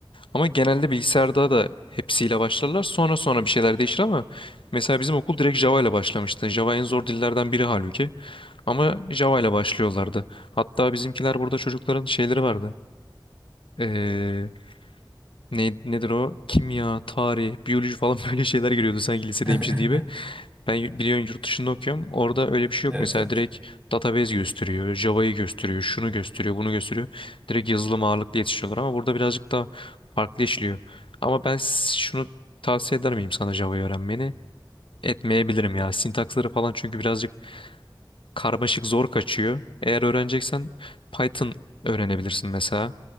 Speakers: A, on the left (about 85°); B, on the right (about 15°).
A: Ama genelde bilgisayarda da hepsiyle başlarlar. Sonra sonra bir şeyler değişir ama mesela bizim okul direkt Java ile başlamıştı. Java en zor dillerden biri halbuki. Ama Java ile başlıyorlardı. Hatta bizimkiler burada çocukların şeyleri vardı. Ee, ne, nedir o? Kimya, tarih, biyoloji falan <laughs> böyle şeyler giriyordu sanki lisedeymişiz
B: <laughs>
A: gibi. Ben y- biliyorsun yurt dışında okuyorum. Orada öyle bir şey yok.
B: Evet
A: Mesela
B: evet.
A: direkt database gösteriyor, Java'yı gösteriyor, şunu gösteriyor, bunu gösteriyor. Direkt yazılım ağırlıklı yetişiyorlar ama burada birazcık daha farklı işliyor. Ama ben s- şunu tavsiye eder miyim sana Java'yı öğrenmeni? Etmeyebilirim ya. Sintaksları falan çünkü birazcık karmaşık zor kaçıyor. Eğer öğreneceksen Python öğrenebilirsin mesela.